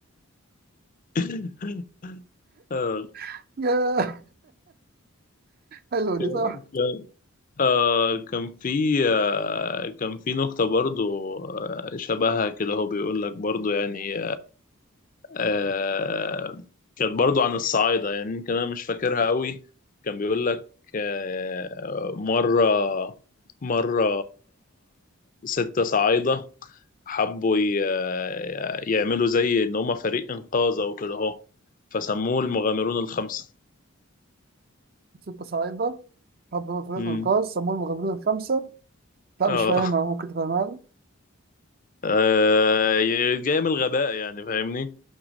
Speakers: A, on the left; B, on the right.
A: <laughs> آه،
B: <laughs> ياه حلوة دي
A: ك-
B: صح
A: آه كان في آه كان في نقطة برضو آه شبهها كده هو بيقول لك برضو يعني آه كانت برضو عن الصعايدة يعني يمكن أنا مش فاكرها قوي كان بيقول لك آه مرة مرة ستة صعايدة حبوا ي- آه، يعملوا زي إن هما فريق إنقاذ أو كده أهو فسموه المغامرون الخمسة
B: ستة صعيدة حبوا فريق
A: مم.
B: إنقاذ سموه المغامرين الخمسة لا
A: اه
B: مش فاهمها ممكن تفهمها لي
A: آه، جاية من الغباء يعني فاهمني